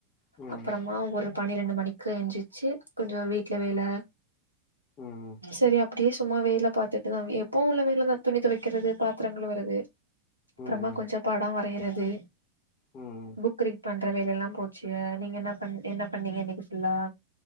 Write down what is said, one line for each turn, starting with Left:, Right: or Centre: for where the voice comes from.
Left: ம்
Right: அப்பறமா ஒரு பன்னிரெண்டு மணிக்கு எஞ்சிச்சு கொஞ்ச வீட்ல வேல
Left: ம்
Right: சரி அப்டியே சும்மா வேல பாத்துட்டுதா எப்பவு உள்ள வேலதா துணி துவைக்கிறது பாத்தரோ கழுவுறது அப்புறமா
Left: ம்
Right: கொஞ்ச பட வரையறது
Left: ம்
Right: புக் ரீட் பண் ற வேல எல்லா போச்சு நீங்க என்ன ப என்ன பண்ணீங்க இன்னைக்கு ஃபுல்லா